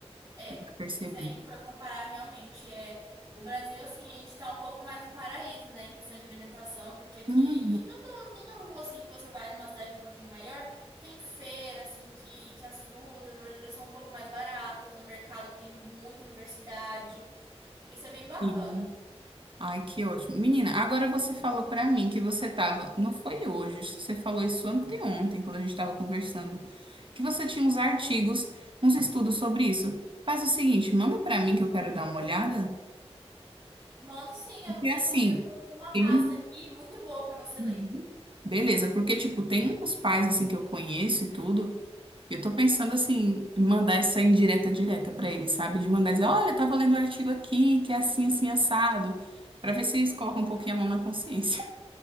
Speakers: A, on the right; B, on the right.
A: É,
B: Eu Percebi.
A: se a gente for comparar realmente, é, o Brasil, assim, a gente tá um pouco mais um paraíso, né, em questão de alimentação, porque aqui,
B: Uhum.
A: em toda, toda rua, assim, que você vai numa cidade um pouquinho maior, tem feira, assim, que, que as frutas, verduras são um pouco mais baratas, no mercado tem muita diversidade, isso é bem bacana.
B: Sim. Ai, que ótimo. Menina, agora você falou pra mim que você tava, não foi hoje, acho que você falou isso anteontem, quando a gente tava conversando, que você tinha uns artigos, uns estudos sobre isso. Faz o seguinte, manda pra mim que eu quero dar uma olhada,
A: Mando sim,
B: porque
A: eu,
B: assim,
A: inclusive eu tô com uma
B: tem...
A: pasta
B: um,
A: aqui muito boa pra você
B: Uhum.
A: ler.
B: Beleza, porque tipo, tem uns pais assim que eu conheço e tudo, e eu tô pensando assim, em mandar essa indireta direta pra eles, sabe? De mandar dizer, olha, eu tava lendo um artigo aqui, que é assim, assim, assado, pra ver se eles colocam um pouquinho a mão na consciência.